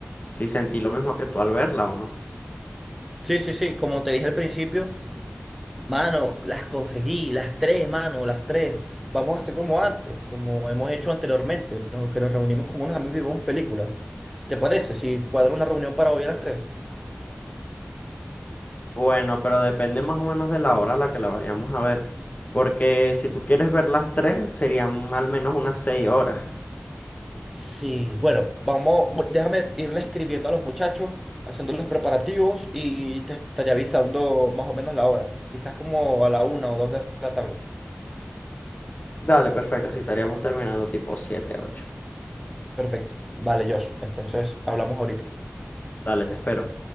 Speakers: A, on the left; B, in the centre.
A: si sentí lo mismo que tú al verla o no.
B: Sí, sí, sí, como te dije al principio. Mano, las conseguí, las tres, mano, las tres. Vamos a hacer como antes, como hemos hecho anteriormente, ¿no? Que nos reunimos con unos amigos y vemos películas. ¿Te parece? Si cuadro una reunión para hoy a las tres.
A: Bueno, pero depende más o menos de la hora a la que la vayamos a ver. Porque si tú quieres ver las tres, serían al menos unas seis horas.
B: Sí, bueno, vamos, bu- déjame irle escribiendo a los muchachos, haciendo los preparativos y te estaré avisando más o menos la hora. Quizás como a la una o dos de la tarde.
A: Dale, perfecto, así estaríamos terminando tipo siete, ocho.
B: Perfecto. Vale, Josh. Entonces hablamos ahorita.
A: Dale, te espero.